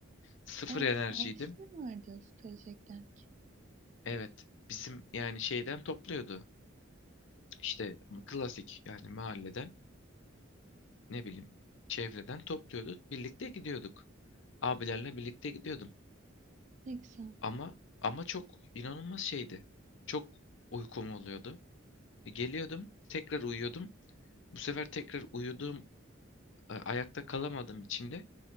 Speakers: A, on the left (about 65°); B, on the right (about 35°).
A: Sıfır
B: Aa
A: enerjiydim.
B: servis mi vardı stajdayken ki?
A: Evet bizim yani şeyden topluyordu. İşte klasik yani mahalleden. ne bileyim çevreden topluyorduk. Birlikte gidiyorduk. Abilerle birlikte gidiyordum.
B: Neyse.
A: Ama ama çok inanılmaz şeydi. Çok uykum oluyordu. E, Geliyordum, tekrar uyuyordum. Bu sefer tekrar uyuduğum, e, ayakta kalamadığım için de